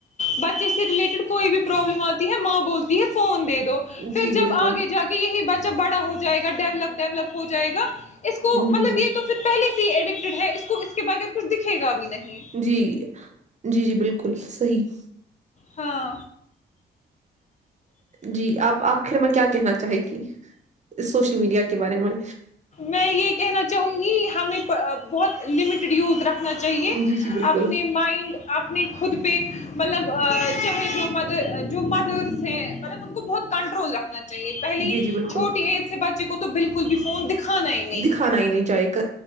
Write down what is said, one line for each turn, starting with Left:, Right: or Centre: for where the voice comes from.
Left: بچے سے ریلیٹڈ کوئی بھی پرابلم آتی ہے ماں بولتی ہے فون دے دی دو پھر
Right: جی
Left: جب
Right: بالکل
Left: آگے جا کے یہی بچہ بڑا ہو جائے گا ڈیولپ ڈیولپ ہو جائے گا اس کو
Right: جی
Left: مطلب
Right: جی
Left: یہ تو پھر پہل ہی ایڈکٹڈ ہے اس کو اس اس کے بغیر کچھ دکھے گا بھی نہیں
Right: جی جی جی بالکل صحیح
Left: ہاں
Right: جی آپ آخر میں کیا کہنا چاہے گی اس سوشل میڈیا کے بارے میں
Left: میں یہ کہنا چاہوں گی ہمیں بہت لمٹ رڈیز رکھ نا چاہیے
Right: جی جی بالکل
Left: اپنے مائنڈ اپنے خود پہ مطلب چاہے جو مدر جو مدرس ہیں مطلب ان کو بہت کنٹرول رکھ نا چاہیے پہلی
Right: جی جی بالکل
Left: چھوٹی ایج سے بچے کو بالکل بھی فون دکھ کھانا ہی نہیں
Right: دکھانا
Left: ہے
Right: ہی نہیں چاہیے